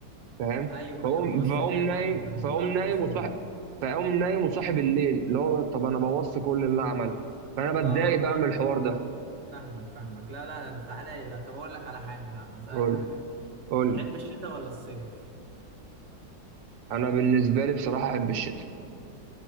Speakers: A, on the right; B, on the right.
A: فاهم
B: ايوه
A: فاقوم
B: ايوه بتعوز
A: فاقوم
B: تنام
A: نايم
B: ايوه ايوه
A: فاقوم
B: ساعات بتحصل
A: نايم وصاحب
B: معايا
A: فاقوم نايم وصاحب الليل اللي هو طب انا بوظت كل اللي انا عملته فانا بتضايق
B: اه اه
A: بقى
B: فاهمك
A: من الحوار ده
B: فاهمك فاهمك لا لا انت تعالى لي بقى طب اقول لك على حاجه يا عم اسالك
A: قول
B: على
A: لي
B: حاجه
A: قول
B: تحب
A: لي
B: الشتاء ولا الصيف
A: انا بالنسبه لي بصراحه احب الشتاء